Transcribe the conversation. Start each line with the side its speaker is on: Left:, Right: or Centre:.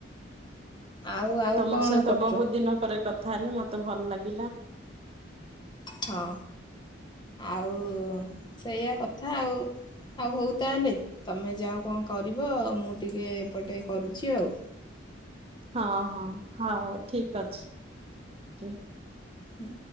Left: ଆଉ ଆଉ
Right: ତମ
Left: କଣ
Right: ସହିତ
Left: କରୁଛ
Right: ବହୁତ ଦିନ ପରେ କଥା ହେଲି ମତେ ଭଲ ଲାଗିଲା।
Left: ହଁ ଆଉ ସେଇଆ କଥା ଆଉ। ଆଉ ହଉ ତାହେଲେ ତମେ ଯାଅ କଣ କରିବ ମୁଁ ଟିକେ ଏପଟେ କରୁଛି ଆଉ। ଁ
Right: ହଁ ହଁ ହଉ ଠିକ ଅଛି।
Left: ହୁଁ